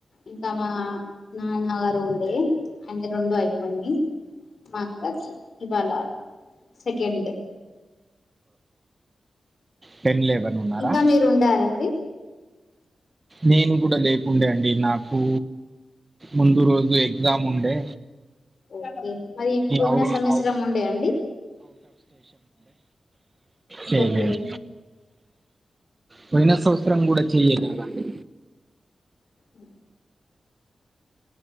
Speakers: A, on the left; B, on the right.
A: ఇంకా మా నాన్నగారు ఉండే అయినాయి రెండు అయిపోయినయి మా అక్కది ఇవాళ సెకండ్
B: టెన్ లెవెన్ ఉన్నారా
A: ఇంకా మీరు ఉండారండి
B: నేను కూడా లేకుండే అండి నాకు ముందు రోజు ఎగ్జామ్ ఉండే
A: ఓకే మరి పోయిన
B: అవుట్
A: సవత్సరం ఉండే అండి
B: లెద్
A: ఓకే
B: లెద్ పోయినా సంవత్సరం కూడా చెయ్యలేదండి
A: ఉ